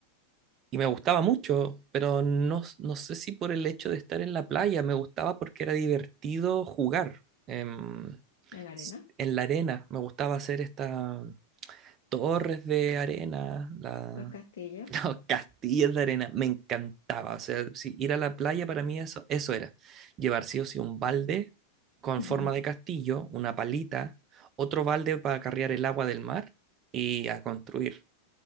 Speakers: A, on the right; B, on the left.
A: Y me gustaba mucho, pero no, no sé si por el hecho de estar en la playa, me gustaba porque era divertido jugar. em,
B: la arena,
A: s- en la arena, me gustaba hacer estas torres de arena, la-
B: los castillos.
A: <laughs> encantaba, castillos de arena, me encantaba. O sea, si ir a la playa para mí eso, eso era. Llevar sí o sí un balde con
B: <laughs>
A: forma de castillo, una palita, otro balde para carrear el agua del mar y a construir.